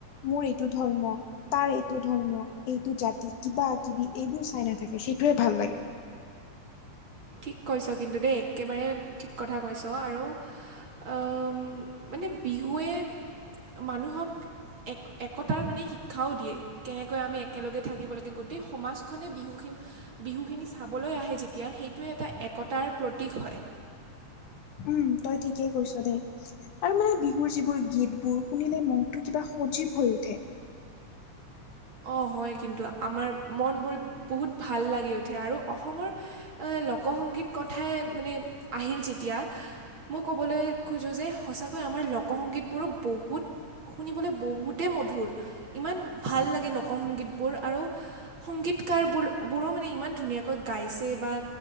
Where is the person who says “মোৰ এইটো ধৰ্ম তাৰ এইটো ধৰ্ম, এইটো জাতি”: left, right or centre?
Left